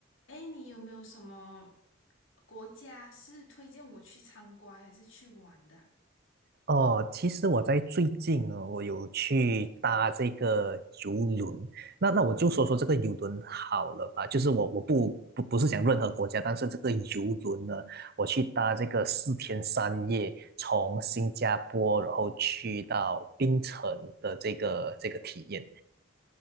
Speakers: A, on the left; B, on the right.
A: 哎，你有没有什么国家是推荐我去参观还是去玩的啊
B: 哦，其实我在最近呢，我有去搭这个游轮。那那我就说说这个游轮好了吧，就是我我不不不是讲任何国家，但是这个游轮呢，我去搭这个四天三夜，从新加坡然后去到槟城的这个这个体验。